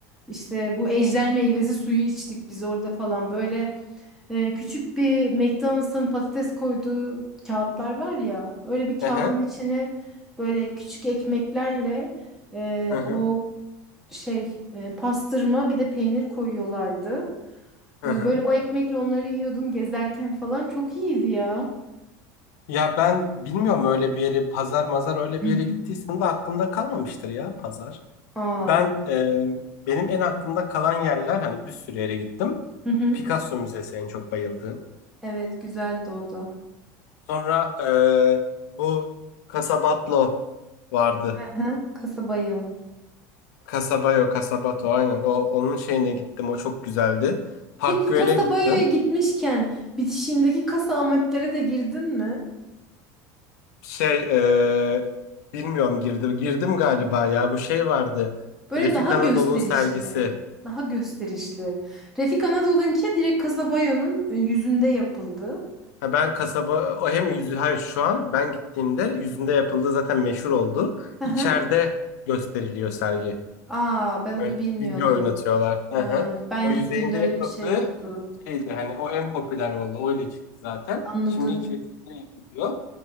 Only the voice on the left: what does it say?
Hı hı.
Hı hı.
Hı
hı.
Ya ben bilmiyorum öyle bir yeri pazar mazar öyle
bir yere gittiysen de aklımda kalmamıştır ya pazar.
Ben e, benim en aklımda kalan yerler hani bir sürü yere gittim.
Picasso Müzesi en çok bayıldığım.
Sonra e, bu Casabatlo vardı.
Kasabayo, Kasabato aynen. O onun şeyine gittim. O çok güzeldi. Park
Güell'e
gittim.
Şey e, bilmiyorum girdim. Girdim galiba ya. Bu şey vardı.
Refik
Anadolu'nun
sergisi.
Ha ben kasaba o hem yüzü hayır şu an ben gittiğimde yüzünde yapıldığı zaten meşhur oldu.
İçeride gösteriliyor sergi.
Böyle
video oynatıyorlar. Hı
hı.
O yüzeyinde
yapıldığı
şeydi hani o en popüler oldu. Öyle çıktı zaten.
Şimdi içerisinde yapılıyor.